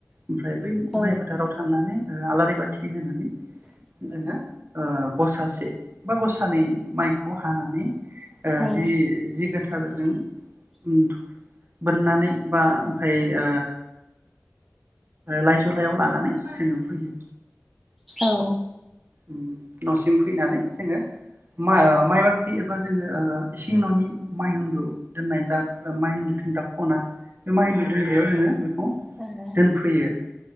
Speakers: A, on the right; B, in the centre.
A: ओमफ्राय बै
B: औ
A: माइ फोथाराव थांनानै ओ आलारि बाथि होनानै जोङो ओ गसासे बा गसा नै माइखौ हानानै ओ
B: औ
A: जि-जि गोथा थारजों उम बोननानै बा ओमफाय ओ लाइजौ लाइयाव लानानै जोङो फैयो।
B: औ।
A: उम नसिम फैनानै जोङो मा-माइ बाख्रि एबा जोङो ओ इसिं ननि माइ हुन्दु दोननाय जा माइ हुन्दु दोनग्रा खना बे माइ हिन्दु दोनग्रायाव जोङो बे खौ
B: औ
A: दोनफैयो।